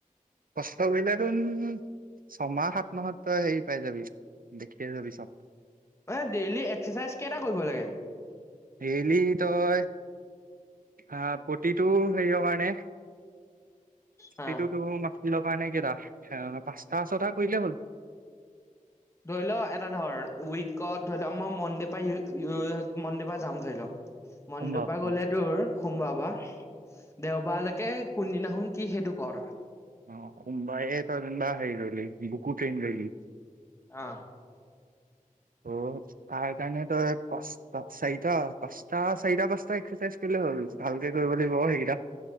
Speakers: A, on the right; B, on the left.
A: কষ্ট কৰিলে তোন ছমাহ সাত মাহত তই হেৰি পাই যাবি দেখিয়ে যাবি চব
B: এ ডেইলি এক্সাৰচাইজ কেইটা কৰিব লাগে
A: ডেইলি তই আহ প্ৰতিটো হেৰিয় কাৰণে সেইটোটো
B: হা
A: মাফি লক কাৰনে কেইটা পাঁচটা ছটা কৰিলেই হ'ল
B: ধৰি লও এটা ধৰ উইকত ধৰি লও মই মনডে পৰা মনডেৰ পৰা যাম ধৰি লও মনদে
A: সোমবাৰ
B: পা গলে
A: অ
B: তোৰ সোমবাৰ পা দেওবাৰালৈকে কোন দিনাখন কি সেইটো ক তই
A: অ সোমবাৰে তই যেনিবা হেৰি ললি বুকু ট্ৰেইন কৰিলি
B: অ
A: ত তাৰ কাৰণে তই পাঁচটা চাৰিটা পাঁচটা চাৰিটা পাঁচটা এক্সাৰচাইজ কৰিলে হ'ল ভালকে কৰিব লাগিব অ এইকেইটা